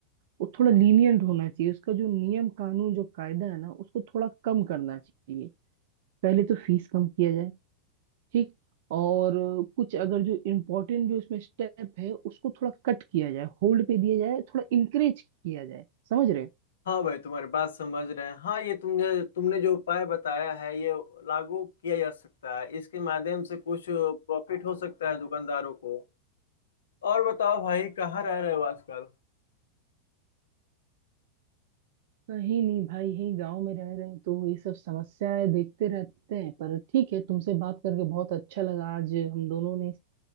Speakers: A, on the right; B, on the left.
A: वो थोड़ा लीनियंट होना चाहिए उसका जो नियम कानून जो कायदा है ना उसको थोड़ा कम करना चाहिए पहले तो फीस कम किया जाए ठीक और कुछ अगर जो इम्पोर्टेंट जो इसमें स्टेप है उसको थोड़ा कट किया जाए होल्ड पे दिया जाए थोड़ा इंकरेज किया जाए समझ रहे हो
B: हाँ भाई तुम्हारी बात समझ रहे हैं हाँ ये तुमने तुमने जो उपाय बताया है ये लागू किया जा सकता है इसके माध्यम से कुछ प्रॉफिट हो सकता है दुकानदारों को और बताओ भाई कहाँ रह रहे हो आजकल
A: कहीं नहीं भाई यही गांव में रह रहे हैं तो ये सब समस्याएं देखते रहते हैं पर ठीक है तुमसे बात करके बहुत अच्छा लगा आज हम दोनों ने